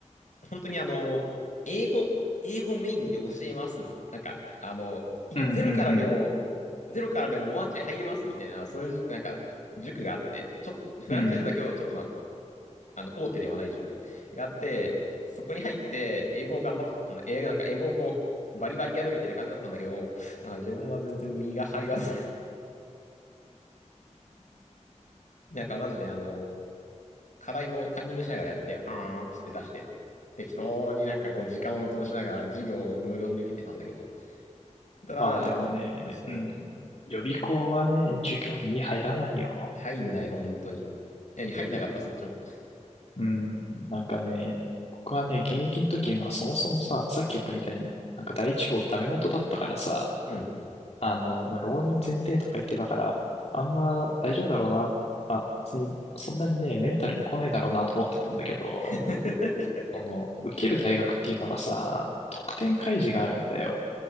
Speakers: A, on the left; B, on the left.
A: う、本当にあの、英語、英語メインで教えます。なんか、あの、いゼロからでも、
B: うんうんうん。
A: ゼロからでもマーチ入れますみたいな、そういう、なんか、塾があって、ちょっと、フランチャイズだけど、
B: うん。
A: ちょっとまあ、あの、大手ではない塾があって、そこに入って、英語を頑張ってたんだ。英語、なんか英語をこう、バリバリやるみたいな感じだったんだけど、あの自分は全然身が入らず、<laughs> なんかマジであの、課題もカンニングしながらやって、はーんっつって出して、適当になんかこう時間を潰しながら授業を無言で受けてたんだけど、ただ、
B: まあでもね、
A: うんそ
B: うん。予備校はね、授業に入らないよ。
A: う。入んない、本当に。何、入んなかった、そっちも。
B: うん、なんかね、僕はね、現役の時、まあそもそもさ、さっき言ったみたいに、なんか第一志望ダメ元だったからさ、
A: うん。
B: あの、まあ浪人前提とか言ってたから、あんま大丈夫だろうな、まあ別にそんなにね、メンタルに来ないだろうなと思ってたんだけど、
A: <laughs>
B: あの、受ける大学っていうのがさ、得点開示があるんだよ。